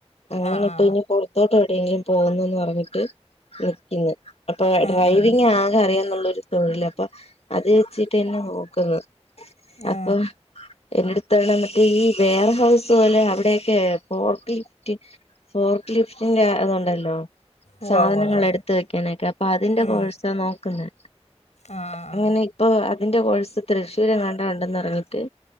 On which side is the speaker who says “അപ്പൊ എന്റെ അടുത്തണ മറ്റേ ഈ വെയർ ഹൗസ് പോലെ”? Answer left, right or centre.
Left